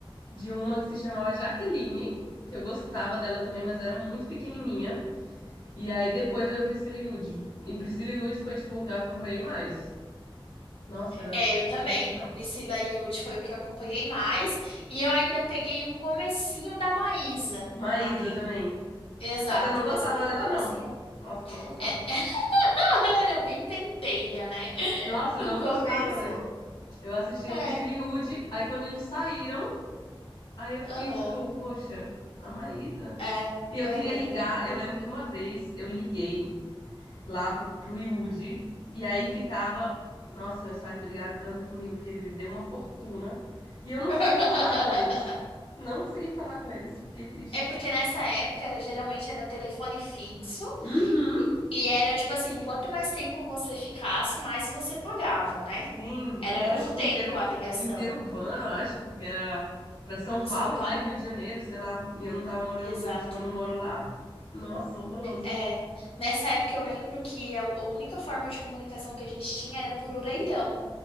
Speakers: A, on the left (about 60°); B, on the left (about 80°).
A: de uma que se chamava Jaqueline, que eu gostava dela também, mas eu era muito pequenininha. E aí depois veio Priscila e Woody. E Priscila e Woody foi, tipo, o que eu acompanhei mais. Nossa, era
B: É, eu também.
A: sensacional.
B: Priscila e Yudi foi o que eu acompanhei mais. E eu ainda peguei o comecinho da Maísa
A: Maísa
B: ali.
A: também.
B: Exato,
A: Só que eu não
B: mas
A: gostava
B: bem
A: dela,
B: comecinho.
A: não. Nossa, eu não gostava.
B: É, <laughs> ela era bem pentelha, né?
A: Nossa,
B: No
A: eu não
B: começo.
A: gostava, velho. Eu assistia
B: É,
A: Priscila e Woody, aí quando eles saíram, aí eu
B: aham.
A: fiquei tipo, poxa, a Maísa.
B: É,
A: E eu
B: eu
A: queria
B: lembro.
A: ligar. Eu lembro que uma vez eu liguei lá pro, pro Yudi, e aí ficava. Nossa, meus pais brigaram tanto comigo porque ele deu uma fortuna. E eu não
B: <laughs>
A: consegui falar com eles. Não consegui falar com eles. Fiquei triste.
B: É porque nessa época era geralmente era telefone fixo
A: Uhum.
B: e e era tipo assim, quanto mais tempo você ficasse, mais você pagava, né?
A: Sim,
B: Era
A: e
B: por
A: era tipo
B: tempo
A: inteiro,
B: a ligação.
A: inteiro urbano, eu acho, porque era pra São Paulo,
B: São Paulo?
A: né? Rio de Janeiro, sei lá. E eu não tava morando,
B: Exato.
A: tipo, eu não moro lá. Nossa, horroroso.
B: É, nessa época eu lembro que a a única forma de comunicação que a gente tinha era por orelhão.